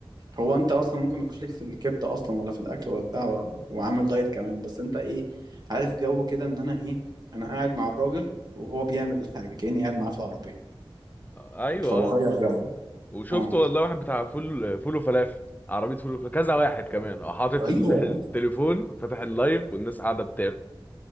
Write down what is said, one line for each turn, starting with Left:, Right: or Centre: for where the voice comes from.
Right: هو انت اصلا ممكن ما يكونش ليك في الكبده اصلا ولا في الاكل ولا بتاع ولا... وعامل دايت كمان بس انت ايه عارف جو كده ان انا ايه انا قاعد مع الراجل وهو بيعمل الحاجه كاني قاعد معاه في العربيه
Left: ايوه
Right: فبغير
Left: اه
Right: جو
Left: وشفت
Right: اه
Left: والله واحد بتاع فول فول وفلافل عربيه فول وفلافل كذا واحد كمان اه حاطط
Right: ايوه
Left: ال- التليفون فاتح اللايف والناس قاعده بتعمل